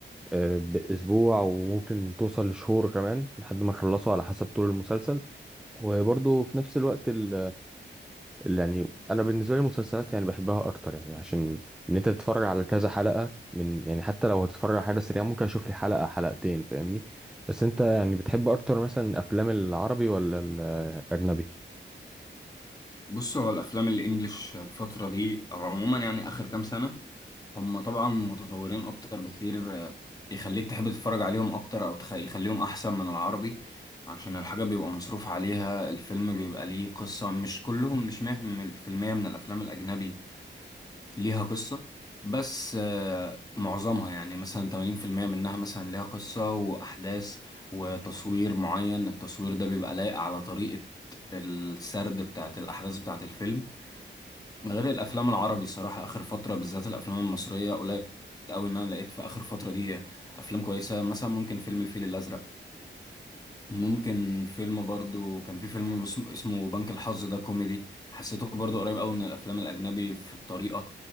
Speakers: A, in the centre; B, on the left.
A: آه باسبوع وممكن توصل لشهور كمان لحد ما تخلصه على حسب طول المسلسل وبرضه في نفس الوقت ال ال- يعني انا بالنسبه لي المسلسلات يعني بحبها اكتر يعني عشان ان انت تتفرج على كذا حلقه من يعني حتى لو هتتفرج على حاجه سريعه ممكن اشوف لي حلقه حلقتين فاهمني بس انت يعني بتحب اكتر مثلا افلام العربي ولا الاجنبي
B: بص هو الافلام الانجليش الفترة دي او عموما يعني اخر كام سنة هم طبعا متطورين اكتر بكتير آه، يخليك تحب تتفرج عليهم اكتر او تخ... يخليهم احسن من العربي عشان الحاجة بيبقى مصروف عليها الفيلم بيبقى ليه قصة مش كلهم مش مية في المية من الافلام الاجنبي ليها قصة بس آه، معظمها يعني مثلا تمانين في المية منها مثلا ليها قصة واحداث وتصوير معين التصوير ده بيبقى لايق على طريقة السرد بتاعت الاحداث بتاعت الفيلم غير الافلام العربي صراحه اخر فتره بالذات الافلام المصريه قليل قوي ان انا لقيت في اخر فتره دي افلام كويسه مثلا ممكن فيلم الفيل الازرق ممكن فيلم برضو كان في فيلم اسمه اسمه بنك الحظ ده كوميدي حسيته برضو قريب قوي من الافلام الاجنبي في الطريقه